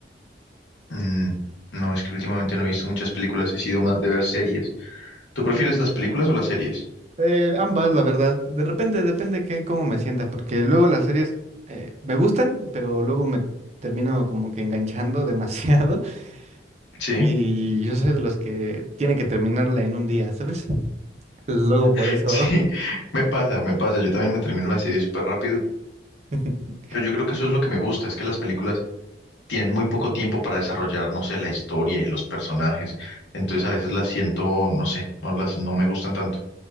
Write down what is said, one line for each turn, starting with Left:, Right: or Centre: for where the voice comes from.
Left: Mm, no, es que últimamente no he visto muchas películas, he sido más de ver series. ¿Tú prefieres
Right: Sí,
Left: las películas o las series?
Right: eh, ambas, la verdad. De repente depende que cómo me sienta, porque luego las series eh, me gustan, pero luego me termino como que enganchando <laughs> demasiado
Left: Sí,
Right: Y yo soy de los que tienen que terminarla en un día, ¿sabes? Entonces luego por
Left: <laughs>
Right: eso.
Left: sí, me pasa, me pasa. Yo también me termino la serie súper rápido,
Right: <laughs>
Left: pero yo creo que eso es lo que me gusta, es que las películas tienen muy poco tiempo para desarrollar, no sé, la historia y los personajes. Entonces a veces las siento, no sé, no las, no me gustan tanto.